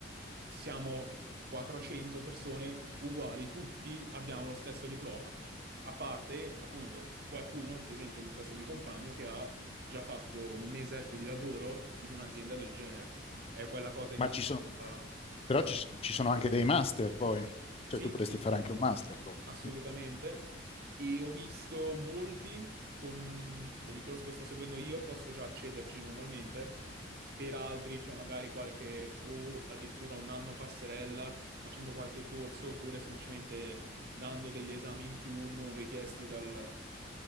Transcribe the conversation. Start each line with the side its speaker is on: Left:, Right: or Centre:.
Right: siamo 400 persone uguali, tutti abbiamo lo stesso diploma, a parte appunto qualcuno, per esempio questo mio compagno, che ha già fatto un mesetto di lavoro in un'azienda del genere, è quella cosa
Left: Ma
Right: in più
Left: ci sono,
Right: Ah,
Left: però
Right: s-
Left: ci, s- ci sono anche dei master poi,
Right: Sì,
Left: cioè tu potresti
Right: sì,
Left: fare anche un master dopo.
Right: assolutamente.
Left: Mm.
Right: E ho visto molti con, con il corso che sto seguendo io, posso già accederci normalmente. Per altri c'è magari qualche o addirittura un anno passerella facendo qualche corso oppure semplicemente dando degli esami in più non richiesti dal-